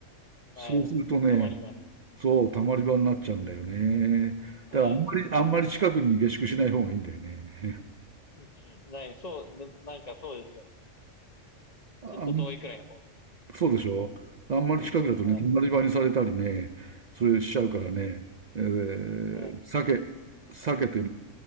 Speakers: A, on the right (about 55°); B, on the left (about 35°).
A: そうするとね、
B: はい。たまり場に。
A: そう、たまり場になっちゃうんだよね。
B: はい。
A: だから、あんまり、あんまり近くに下宿しない方がいいんだよね。
B: <laughs> ない、そう、ななんかそうですよね。
A: <laughs> あ、
B: ちょっと遠いくらいの方が。
A: そうでしょあんまり近くだとね、
B: はい。
A: 隣場にされたりね、それしちゃうからね、えー避け、
B: はい。
A: 避けて、